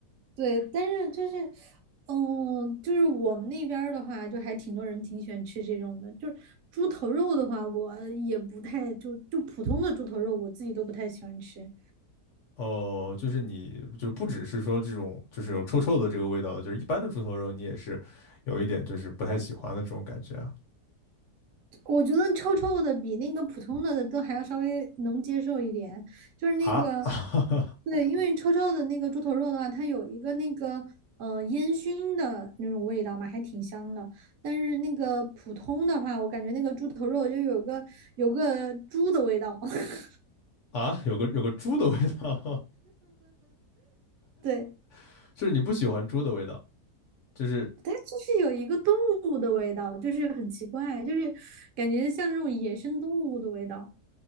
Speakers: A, on the right (about 60°); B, on the left (about 55°).
A: 对，但是就是，嗯，就是我们那边儿的话，就还挺多人挺喜欢吃这种的。就是猪头肉的话，我也不太就就普通的猪头肉，我自己都不太喜欢吃。
B: 哦，就是你就不只是说这种就是有臭臭的这个味道的，就是一般的猪头肉你也是有一点就是不太喜欢的这种感觉啊
A: 我觉得臭臭的比那个普通的都还要稍微能接受一点。就是那个，
B: 啊
A: 对，因为臭臭的那个猪头肉的话，它有一个那个呃烟熏的那种味道嘛，还挺香的。但是那个普通的话，我感觉那个猪头肉就有个有个猪的味道。<laughs>
B: <laughs> 啊，有个有个猪的味道，
A: 对，
B: <laughs> 就是你不喜欢猪的味道，就是
A: 它就是有一个动物的味道，就是很奇怪，就是感觉像那种野生动物的味道。